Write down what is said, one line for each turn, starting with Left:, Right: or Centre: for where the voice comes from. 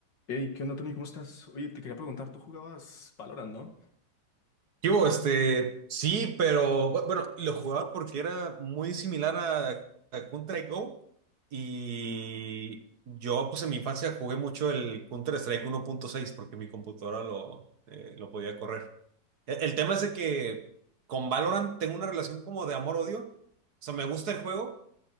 Left: Hey, ¿qué onda, Tony? ¿Cómo estás? Oye, te quería preguntar, ¿tú jugabas Valorant, no?
Right: ¿Qué hubo? este, sí, pero bu- bueno, lo jugaba porque era muy similar a, a Counter Go y yo pues en mi infancia jugué mucho el Counter Strike uno punto seis porque mi computadora lo, eh, lo podía correr. E- El, tema es de que con Valorant tengo una relación como de amor-odio, o sea, me gusta el juego,